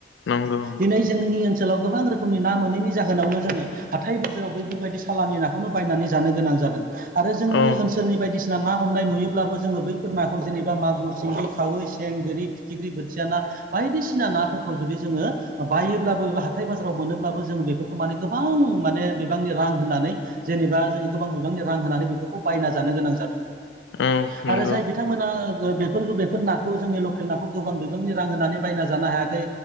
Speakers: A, on the left; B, on the right.
A: नंगौ नंगौ
B: दिनै जोंनि ओनसोलाव गोबां रोखोम रोखोमनि ना मोनैनि जाहोनावनो जोङो हाथाय बोसोराव बैफोरबायदि सालानि नाखौनो बायनानै जानो गोनां जादों। आरो जोंनि
A: औ
B: ओनसोल ओनसोलनि बायदिसिना ना हमनाय नुयोब्लाबो जोङो बैफोर नाखौ जेनेबा मागुर, सिंगि, खावै, सें, गोरि, फिथिख्रि बोथिया ना बायदिसिना नाफोरखौ जुदि जोङो बायोब्लाबो बे हाथाय बा जारफोराव मोनोब्लाबो जों बेफोरखौ माने गोबां माने बिबांनि रां होननानै जेनेबा जोङो गोबां बिबांनि रां होनानै बेफोरखौ बायना जानो गोनां जादों।
A: औ
B: आरो
A: नंगौ
B: जाय बिथांमोना बे बेफोर नाखौ जोंनि लकेल नाखौ गोबां बिबांनि रां होनानै बायना जानो हायाखै